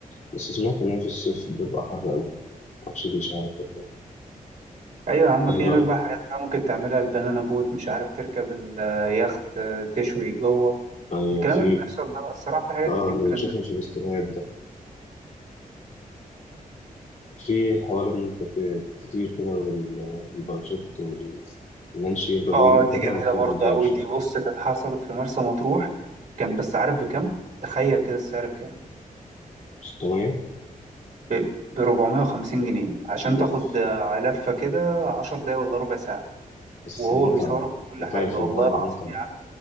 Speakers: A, on the left (about 55°); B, on the right (about 55°).
A: بس سمعت إن هي في الصيف بيبقى حر أوي معرفش دي إشاعات ولا إيه
B: ايوه يا عم
A: إيه
B: في هناك
A: رأيك؟
B: بقى حاجات بقى ممكن تعملها البنانا بوت مش عارف تركب اليخت تشوي جوه
A: أيوة
B: الكلام
A: في
B: اللي بيحصل ده بقى الصراحه في حاجات
A: آه
B: كتير
A: اللي بنشوفه
B: ترند
A: في الاستوريات ده في حوار إن أنت ت- تطير كده وال- والباراشوت وال- واللانش يفضل
B: اه
A: يجري كده
B: دي جميله
A: وتطير
B: برضه
A: بالباراشوت
B: قوي دي بص كانت حصلت في مرسى مطروح كان بس عارف بكام تخيل كده السعر بكام
A: مش طبيعي
B: ب ب 450 جنيه عشان تاخد
A: أوف
B: آه، لفه كده 10 دقايق ولا ربع ساعه
A: بس
B: وهو
A: المتعة
B: بيصورك وكل
A: وطاير
B: حاجه
A: في
B: والله
A: الهواء
B: العظيم
A: متعة
B: يا عم